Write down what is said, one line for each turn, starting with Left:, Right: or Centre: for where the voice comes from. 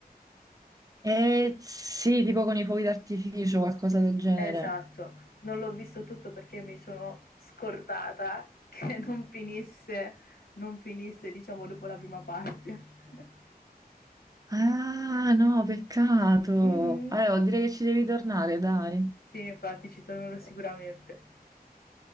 Right: Eh, sì, tipo con i fuochi d'artificio, qualcosa del genere.
Left: Esatto, non l'ho visto tutto perché mi sono scordata <laughs> che non finisse, non finisse, diciamo, dopo la prima parte. <laughs>
Right: Ah, no, peccato.
Left: Mhm.
Right: Allora, direi che ci devi tornare, dai.
Left: Sì, infatti ci tornerò sicuramente.